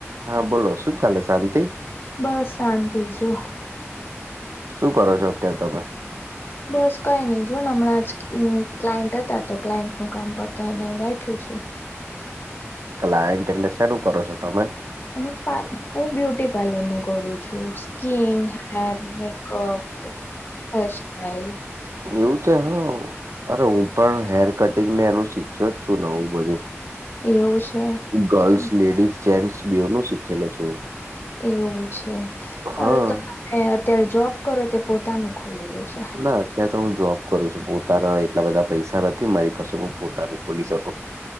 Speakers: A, on the right; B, on the left.
A: હા બોલો શું ચાલે શાંતિ-
B: બસ શાંતિ જો-
A: શું કરો છો અત્યારે તમે-
B: બસ કઈ નહી જો ને હમણાં જ ક્લાયન્ટ હતા તો ક્લાયન્ટ નું કામ પર થને બેઠી છું.
A: ક્લાયન્ટ એટલે શેારું કરો છો તમે-
B: અમે પા હું બ્યુટી પાર્લર નું કરું છું સ્કીન હેર મેકઅપ હેરસ્ટ્ટાાઈલ-
A: એવું છે હું- અરે હું પણ હેર કટિંગ ને એનું શીખ્યો જ છું વું બધું-
B: એવું છે
A: ગર્લ્સ
B: તો
A: લેડીઝ જેન્ટસ બેઓનું શીખેલો છું
B: એવું છે સર
A: હા
B: તમે અત્યારે જોબ કરો કે પોતાનું ખોલેલું છે
A: ના અત્યારે તો હું જોબ કરું છું પોતાના એટલા બધા પૈસા નથી મારી પાસે હ પોતાનું ખોલી શકું